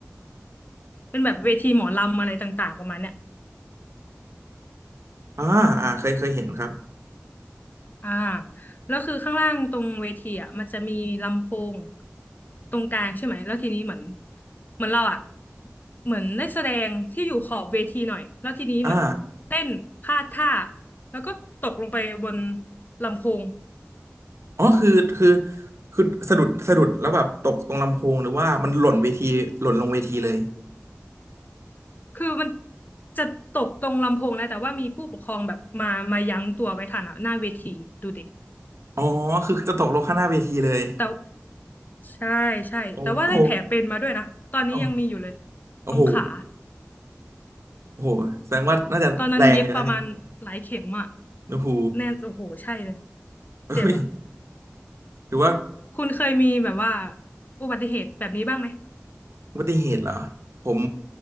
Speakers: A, on the left; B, on the right.
A: เป็นแบบเวทีหมอลำอะไรต่างๆประมาณเนี้ย
B: อ่าอ่าเคยเคยเห็นครับ
A: อ่าแล้วคือข้างล่างตรงเวทีอ่ะมันจะมีลำโพงตรงกลางใช่ไหมแล้วทีนี้เหมือนเหมือนเราอ่ะเหมือนได้แสดงที่อยู่ขอบเวทีหน่อยแล้วทีนี้เหมือนเต้นพลาดท่า
B: อ่า
A: แล้วก็ตกลงไปบนลำโพง
B: อ๋อคือคือคือสะดุดสะดุดแล้วแบบตกตรงลำโพงหรือว่ามันหล่นเวทีหล่นลงเวทีเลย
A: คือมันจะตกตรงลำโพงแล้วแต่ว่ามีผู้ปกครองแบบมามายั้งตัวไว้ทันอะหน้าเวทีดูเด็ก
B: อ๋อคือจะตกลงข้างหน้าเวทีเลย
A: แต่ใช่ใช่แต่ว่าได้แผลเป็นมาด้วยนะตอนนี้ยังมีอยู่เลย
B: โอ้โหโอ้โอ้โห
A: ตรงขา
B: โอ้โหแสดงว่าน่าจะแรงเลยนะเนี่ย
A: ตอนนั้นเย็บประมาณหลายเข็มอะ
B: โอ้โห
A: แน่โอ้โหใช่เลย
B: เฮ้ย
A: เจ็บอะ
B: หรือว่า
A: คุณเคยมีแบบว่าอุบัติเหตุแบบนี้บ้างไหม
B: อุบัติเหตุเหรอผม